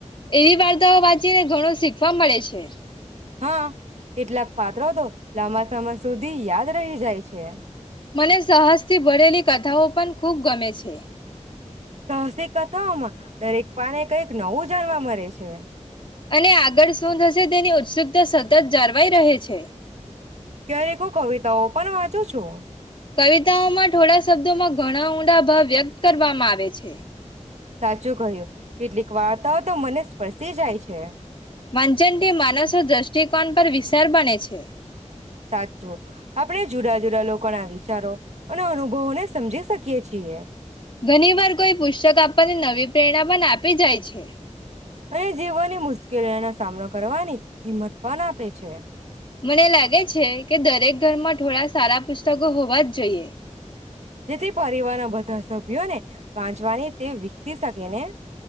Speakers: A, on the left (about 40°); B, on the right (about 60°).
A: એવી વાર્તાઓ વાંચીને ઘણું શીખવા મળે છે.
B: હા કેટલાક પાત્રો તો લાંબા સમય સુધી યાદ રહી જાય છે.
A: મને સાહસથી ભરેલી કથાઓ પણ ખુબ ગમે છે.
B: સહસી કથાઓમાં દરેક પાને કઈક નવું જાણવા મળે છે.
A: અને આગળ શું થશે તેની ઉત્સુકતા સતત જળવાઈ રહે છે.
B: ક્યારેક હું કવિતાઓ પણ વાંચું છું.
A: કવિતાઓમાં થોડા શબ્દોમાં ઘણા ઊંડા ભાવ વ્યક્ત કરવામાં આવે છે.
B: સાચું કહ્યું. કેટલીક વાર્તાઓ તો મને સ્પર્શી જાય છે.
A: વાંચનથી માનસો દ્રષ્ટિકોણ પર વિશર બને છે.
B: સાચું. આપણે જુદા જુદા લોકોના વિચારો અને અનુભવોને સમજી શકીએ છીએ.
A: ઘણી વાર કોઈ પુસ્તક આપણને નવી પ્રેરણા પણ આપી જાય છે.
B: અને જીવનની મુશ્કેલીઓનો સામનો કરવાની હિંમત પણ આપે છે.
A: મને લાગે છે કે દરેક ઘરમાં થોડા સારા પુસ્તકો હોવા જ જોઈએ.
B: જેથી પરિવારના બધા સભ્યોને વાંચવાની તે વિકસી શકે ને.